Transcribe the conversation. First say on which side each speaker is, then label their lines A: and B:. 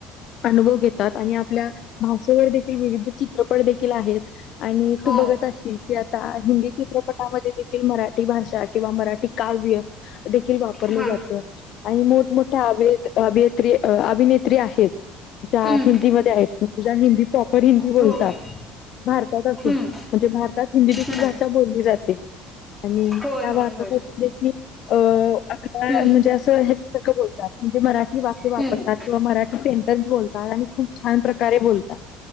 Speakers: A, on the left; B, in the centre.
A: अनुभव घेतात आणि आपल्या भाषेवर देखील विविध चित्रपट देखील आहेत. आणि
B: हो
A: तू बघत असशील की आता हिंदी चित्रपटामध्ये देखील मराठी भाषा किंवा मराठी काव्य देखील वापरलं
B: हा
A: जात. आणि मोठमोठ्या अभिनेता अभिनेत्री अभिनेत्री आहेत. त्या
B: हम्म
A: हिंदीमध्ये आहेत ज्या हिंदी प्रॉप र हिंदी बोलतात
B: होय
A: भारतात असून
B: हम्म
A: म्हणजे भारतात हिंदी देखील
B: हम्म
A: भाषा बोलली जाते. आणि
B: होय
A: त्यावर
B: होय
A: आता
B: होय
A: कस देखील. अ आपल्या
B: हम्म
A: म्हणजे असं बोलतात म्हणजे मराठी वाक्य वापरतात
B: हम्म
A: किंवा मराठी सेंटेन्स बोलतात. आणि खूप छान प्रकारे बोलतात.